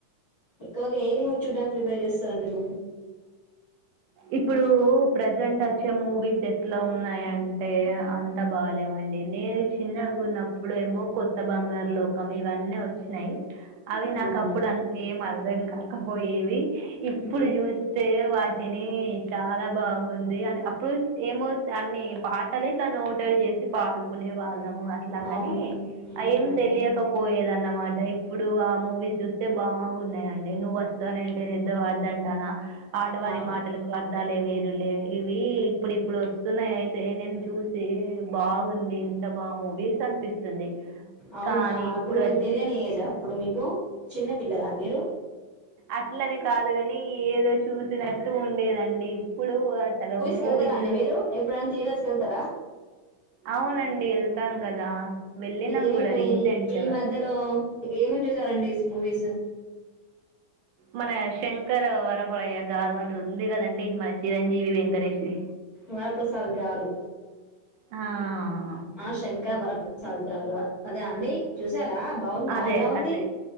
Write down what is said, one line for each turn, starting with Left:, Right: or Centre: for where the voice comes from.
Left: ఎక్కువగా ఏ మూవీ చూడ్డానికి ప్రిపేర్ చేస్తారు మీరు
Right: ఇప్పుడు ప్రజెంట్ వచ్చే మూవీస్ ఎట్లా ఉన్నాయ అంటే అంత బాలేవండి నేను చిన్నగా ఉన్నప్పుడేమో కొత్త బంగారు లోకం ఇవన్నీ వచ్చినాయి అవి నాకు
Left: అవునా.
Right: అప్పుడు అంత ఏం అర్థం కాకపోయేవి ఇప్పుడు
Left: మ్మ్.
Right: చూసి స్తే వాటిని చాలా బాగుంది అని అప్పుడు ఏమవు దాన్ని పాటలు ఇట్లా నోటెడ్ చేసి పాడుకునే వాళ్ళము అట్లాగాని
Left: అవును మ్మ్.
Right: అ ఏం తెలియకపోయేదన్న అనమాట ఇప్పుడు ఆ మూవీస్ చూస్తే బాగున్నాయండి నువ్వు వస్త వస్తానంటే నిద్ద వద్దంటానా అడవారి
Left: అవు-
Right: మాటలకు అర్ధాలే వేరులే ఇవి ఇప్పుడు ఇప్పుడు వస్తున్నాయి అయితే నేను చూసి బాగుంది ఇంత బాగా మూవీస్ అనిపిస్తుంది
Left: అవునా
Right: కానీ
Left: అప్పుడు
Right: ఇప్పుడు
Left: మీకు
Right: వచ్చే
Left: తెలియని ఏజా అప్పుడు మీకు చిన్న పిల్లలా మీరు
Right: అట్లని కాదు కాని ఏదో చూసినట్టు ఉండేదండి ఇప్పుడు అసలు మూవీస్
Left: కి వెళ్తారా అండి మీరు ఎప్పుడైనా థియేటర్స్ కి వెళ్తారా
Right: అవునండి వెళ్తాం కదా వెళ్ళినాం
Left: ఏమి
Right: కూడా రీసెంట్గా
Left: ఈ మధ్యలో ఇక ఏమేం చూసారండి మూవీస్
Right: మన శంకర వరపయ్య గారు అది ఉంది కదండి మన చిరంజీవి వెంకటేష్ది
Left: వరప్రసాద్ గారు
Right: హా
Left: ఆ శంకర్ వర ప్రసాద్ గారు అదా అండి చూసారా బాగుందా
Right: అదే
Left: ఎలా ఉంది
Right: అదే